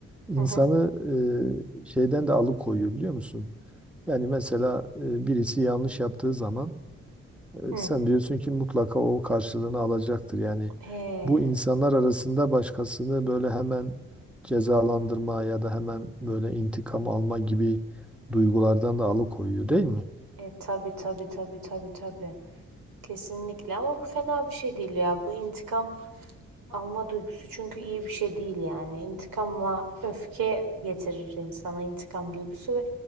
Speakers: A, in the centre; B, on the right.
A: insanı
B: hı hı.
A: e, şeyden de alıkoyuyor biliyor musun? Yani mesela e, birisi yanlış yaptığı zaman
B: hı.
A: e, Sen diyorsun ki mutlaka o karşılığını alacaktır. Yani
B: Ee,
A: bu insanlar arasında başkasını böyle hemen cezalandırma ya da hemen böyle intikam alma gibi duygulardan da alıkoyuyor değil mi?
B: e, tabii tabii tabii tabii tabii. Kesinlikle ama bu fena bir şey değil ya. Bu intikam alma duygusu çünkü iyi bir şey değil yani. İntikamla öfke getirir insana intikam duygusu ve